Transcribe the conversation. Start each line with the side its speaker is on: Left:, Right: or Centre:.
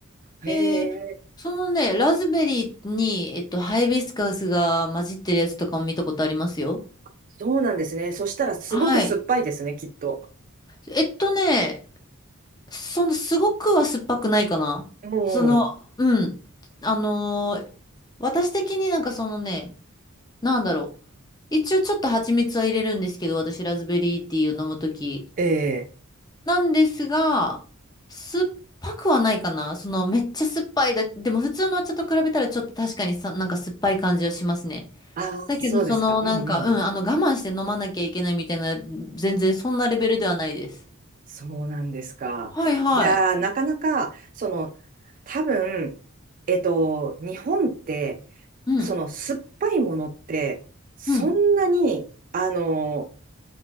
Left: へえ、
Right: へえ。
Left: そのね、ラズベリーに、えっと、ハイビスカスが混じってるやつとかも見たことありますよ。
Right: そうなんですね。そしたらすごく酸っぱいですね、
Left: はい。
Right: きっと。
Left: えっとね、その、すごくは酸っぱくないかな。
Right: うん
Left: その、うん。あのー私的になんかそのね、なんだろう。一応ちょっと蜂蜜は入れるんですけど、私ラズベリーティーを飲むとき。
Right: ええ。
Left: なんですが、酸っぱくはないかな。そのめっちゃ酸っぱいだ。でも普通のお茶と比べたらちょっと確かにさ、なんか酸っぱい感じはしますね。
Right: ああ、
Left: だけどそのなんか、
Right: そうですか。うんうん。
Left: うん、あの我慢して飲まなきゃいけないみたいな、全然そんなレベルではないです。
Right: そうなんですか。
Left: はいはい。
Right: いやー、なかなか、その、多分、えっと、日本って、
Left: うん、
Right: その、酸っぱいものって、そんなに、
Left: うん。
Right: あの、